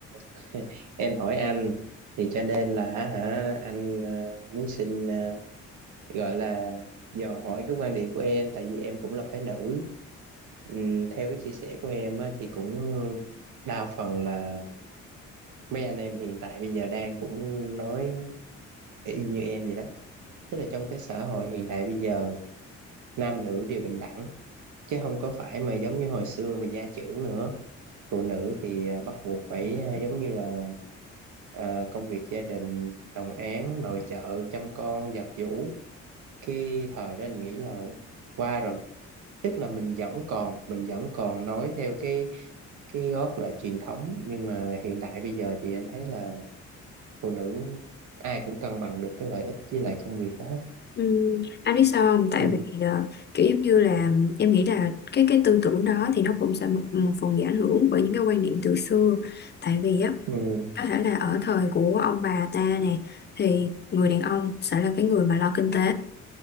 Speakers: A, on the right; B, on the left.
A: <laughs> em hỏi anh thì cho nên là hả anh ờ, muốn xin ờ, gọi là dò hỏi cái quan điểm của em tại vì em cũng là phái nữ Ừm, theo cái chia sẻ của em á, thì cũng đa phần là mấy anh em hiện tại bây giờ đang cũng nói y như em vậy đó tức là trong cái xã hội hiện đại bây giờ nam nữ đều bình đẳng chứ không có phải mà giống như hồi xưa mà gia trưởng nữa phụ nữ thì à, bắt buộc phải à, giống như là à, công việc gia đình đồng áng nội trợ chăm con giặt giũ cái thời đó anh nghĩ là qua rồi tức là mình vẫn còn mình vẫn còn nói theo cái cái gót là truyền thống nhưng mà hiện đại bây giờ thì anh thấy là phụ nữ ai cũng cân bằng được cái lợi ích với lại công việc đó hết
B: Ừm, anh biết sao không? Tại
A: ừ
B: vì ờ, kiểu giống như là em nghĩ là cái cái tư tưởng đó thì nó cũng sẽ một, một phần bị ảnh hưởng bởi những cái quan niệm từ xưa tại vì á
A: ừ
B: Có thể là ở thời của ông bà ta nè thì người đàn ông sẽ là cái người mà lo kinh tế